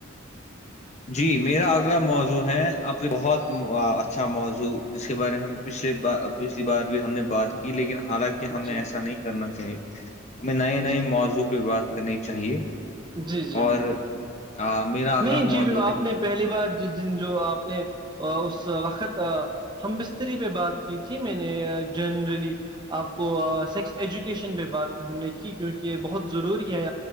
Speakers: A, on the left (about 35°); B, on the right (about 20°).
A: جی میرا اگلا موضوع ہے آب بہت اچھا موضوع جس کے بارے میں ہم پچھلی بار پچھلی بار بھی ہم نے بات کی لیکن حالانکہ کہ ہمیں
B: جی
A: ایسا نہیں کرنا چاہیے ہمیں نئے نئے
B: جی
A: موضوع پہ بات کرنی چاہیے
B: جی جی جی
A: اور
B: بالکل
A: میرا آگر
B: نہیں جی
A: موضو
B: بال- آپ نے پہلی بار جن جو آپ نے اس وقت ہم بستری پہ بات کی تھی میں نے جنرلی آپ کو سیکس ایجوکیشن پہ بات ہم نے کی کیونکہ یہ بہت ضروری ہے